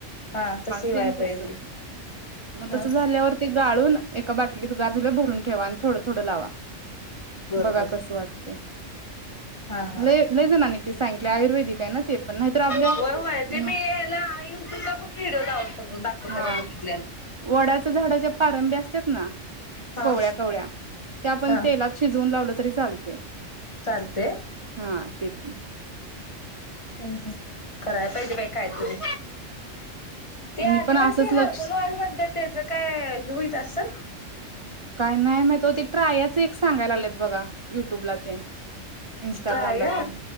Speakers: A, on the left (about 25°); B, on the right (about 35°).
A: हा तस
B: सेम
A: वय
B: तसं
A: पाहिजे
B: मग तसं
A: हा
B: झाल्यावर ते गाळून एका बाटलीत गार झालं भरून ठेवा आणि थोडं थोडं लावा
A: बरोबर
B: बघा कस वाटतय
A: हा हा
B: लय लय जणांनी ते सांगितले आयुर्वेदिक आहे ना ते पण नाहीतर आपल्या
A: होय होय ते
B: अ
A: मी याला यूट्यूब ला बगित हिरो द स दाखवता
B: हा
A: बघितल्याला
B: वडाच्या झाडाच्या पारंभ्या असत ना
A: हा
B: कोवळ्या कवळ्या त्या आपण
A: हा
B: तेलात शिजवून लावल तरी चालतय
A: चालतंय?
B: हा ते पण
A: हम् हम् करायला पाहिजे बाइ काय तरी ते
B: मी
A: आदिवासी
B: पण असंच लक्ष
A: हर्बल ऑइल म्हणतात त्याच काय होईत असल
B: काय नाही म तो ते ट्रायाच एक सांगायला लागलेत बघा युट्यूबला तेन इन्स्टाग्रामला
A: काय
B: तेन